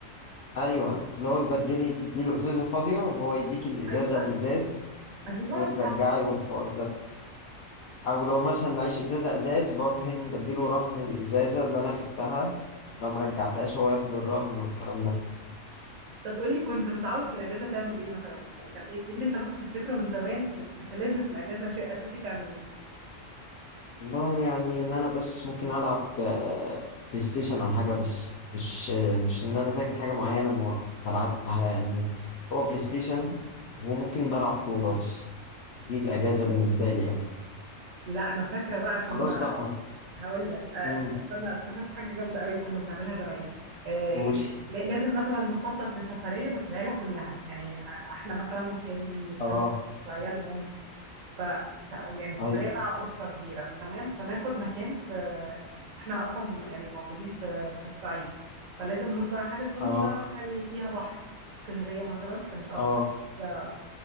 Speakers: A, on the left; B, on the right.
A: ايوه اللي هو تبدلي تديله ازازه فاضيه وهو يديك الازازه
B: ايوه
A: الازاز
B: ايوه
A: وترجعي
B: صح
A: والحوار ده او لو مثلا معيش ازازه ازاز برهن بديله رهن الازازه اللي انا خدتها لو ما رجعتهاش هو ياخد الرهن والكلام ده
B: طب قولي كنت متعود في الاجازة تعمل ايه مثلا يعني كان ايه إيه اللي انت ممكن تفتكره من زمان كنت لازم في الاجازة شيء اساسي تعملوه
A: والله يعني ان انا بس ممكن العب آه، بلاي ستيشن او حاجه بس مش آه، مش ان انا فاكر حاجه معينه ما بلعبها يعني هو بلاي ستيشن وممكن بلعب كوره بس دي الاجازه بالنسبه لي يعني.
B: لا انا فاكرة بقى كنا
A: خلاص بقى
B: هقول لك آه،
A: امم
B: استنى افتكرت حاجة جامدة قوي كنا بنعملها زمان آه،
A: قولي
B: ل- لازم مثلا نخطط لسفرية بس العيلة كلها يعني آه، احنا مثلا وخالي وخالتي
A: اه
B: وعيالهم ف يعني سفرية
A: ايوه
B: بقى أسرة كبيرة تمام فناخد مكان في احنا أصلا يعني موجودين في في الصعيد فلازم نروح بقى حاجة تكون
A: اه
B: يعني فيها بحر اسكندرية مثلا كانت أكتر
A: اه
B: حاجة